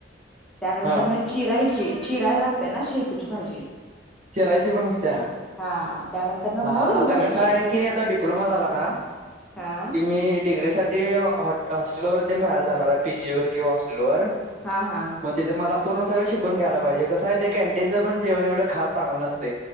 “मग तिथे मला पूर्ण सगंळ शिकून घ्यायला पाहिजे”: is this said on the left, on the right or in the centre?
Right